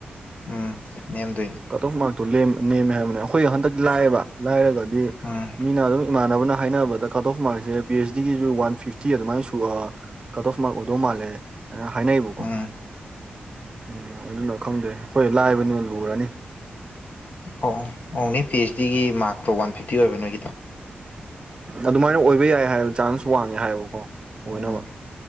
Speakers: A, on the left; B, on the right.
A: ꯎꯝ ꯅꯦꯝꯗꯣꯏꯅꯤ
B: ꯀꯇꯣ ꯐꯨꯃꯒꯇ ꯅꯃꯦ ꯍꯥꯏꯦꯕꯅ ꯑꯩꯈꯣꯏ ꯍꯟꯗꯛ ꯂꯥꯏꯑꯦꯕ ꯂꯥꯏꯔꯒꯗꯤ
A: ꯎꯝ
B: ꯃꯤꯅ ꯑꯗꯨꯝ ꯏꯃꯥꯟꯅꯕꯅ ꯍꯥꯏꯅꯕꯗ ꯀꯔꯠ ꯑꯣꯐ ꯃꯥꯡꯁꯦ ꯄꯤ ꯑꯩꯆ ꯗꯤꯒꯤꯁꯨ ꯋꯥꯟ ꯐꯤꯐꯤ ꯆꯤ ꯑꯗꯨꯃꯥꯏꯅ ꯁ ꯀꯠ ꯑꯣꯐ ꯃꯥꯔꯛ ꯑꯣꯏꯗꯧ ꯃꯥꯜꯂꯦ ꯑꯩꯅ ꯍꯥꯏꯅꯩꯕꯀꯣ
A: ꯎꯝ
B: ꯎꯝ ꯑꯗꯨꯅ ꯈꯪꯗꯦ ꯑꯩꯈꯣꯏ ꯂꯥꯛꯏꯕ ꯅꯣꯟꯕ ꯎꯔꯅꯤ
A: ꯑꯣ ꯑꯣꯡꯂꯤ ꯄꯤ ꯑꯩꯆ ꯗꯤꯒꯤ ꯃꯥꯔꯛꯇꯣ ꯋꯥꯟ ꯐꯤꯐꯇꯤ ꯑꯣꯏꯕ ꯅꯣꯏꯒꯤꯗꯣ
B: ꯑꯗꯨꯃꯥꯏꯅ ꯑꯣꯏꯕ ꯌꯥꯏ ꯍꯥꯏꯕ ꯆꯥꯟꯁ ꯋꯥꯡꯉꯦ ꯍꯥꯏꯕꯀꯣ ꯑꯣꯏꯅꯕ
A: ꯎꯝ